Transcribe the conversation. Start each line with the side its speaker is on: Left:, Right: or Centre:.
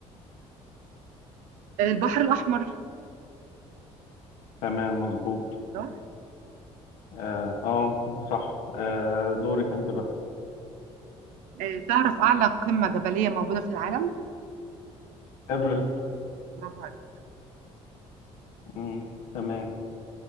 Right: آه، البحر الاحمر
Left: تمام مظبوط
Right: صح
Left: اه آه، صح آه دورك انت بقى
Right: آه، تعرف أعلى قمة جبلية موجودة في العالم؟
Left: ايفرست
Right: برافو عليك
Left: مم، تمام